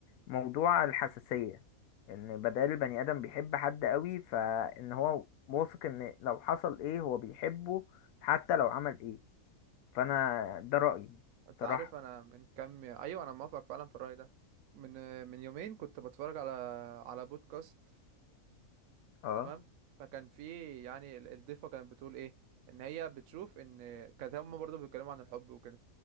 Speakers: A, on the left (about 75°); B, on the right (about 70°).
A: موضوع الحساسية ان بدل البني ادم بيحب حد قوي فان هو واثق ان لو حصل ايه هو بيحبه حتى لو عمل ايه فانا ده رأيي
B: انت
A: صراحة
B: عارف انا من كام ايوه انا موافق فعلا في الرأي ده من من يومين كنت بتفرج على على بودكاست
A: اه
B: تمام فكان في يعني ال- الضيفة كانت بتقول ايه ان هي بتشوف ان كانت هم برضه بيتكلموا عن الحب وكده